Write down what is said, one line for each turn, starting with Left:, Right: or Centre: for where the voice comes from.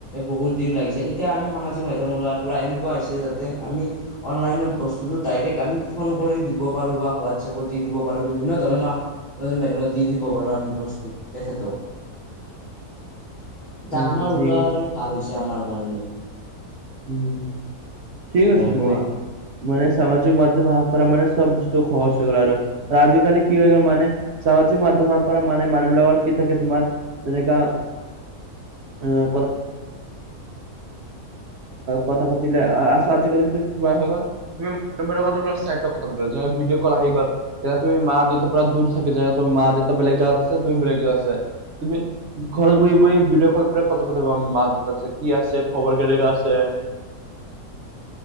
Left: বহুত দিন লাগি যায়। এতিয়া আমি সামাজিক মাধ্যম ওলোৱাৰ পৰা এনেকুৱা হৈছে যাতে আমি অনলাইনত বস্তুটো ডাইৰেক্ট আমি ফোন কৰি দিব পাৰোঁ বা হোৱাটছএপত দি দিব পাৰোঁ, বিভিন্ন ধৰণৰ সামাজিক মাধ্যমত দি দিব পাৰোঁ, আমি প্ৰস্তুত তেখেতক।
Right: <inaudible>
Left: এতিয়া আমাৰ
Right: ঠিক
Left: ওলোৱা ভাল হৈছে আমাৰ কাৰণে।
Right: উম, ঠিক কৈছা
Left: হয়
Right: তুমি।
Left: কোৱা
Right: মানে, সামাজিক মাধ্যম অহাৰ পৰা মানে চব বস্তু সহজ হৈ গ'ল, আৰু আজিকালি কি হৈ গ'ল মানে সামাজিক মাধ্যমৰ পৰা মানে মানুহ বিলাকৰ কি থাকে তোমাৰ, যেনেকা <unintelligible> আহ কথা পাতিলে, আছো আজি কালি কি কিবা হৈ গ'ল <unintelligible> ভিডি'অ কল আহি গল। যেতিয়া তুমি মা-দেতাৰ দূৰ থাকিবা, মা-দেউতা বেলেগ জেগাত আছে তুমি বেলেগ জেগাত আছে। তুমি ঘৰত বহি বহি ভিডি'অ কল পৰা কথা পাতিবা মা-দেতা কি আছে, খবৰ কেনেকা আছে?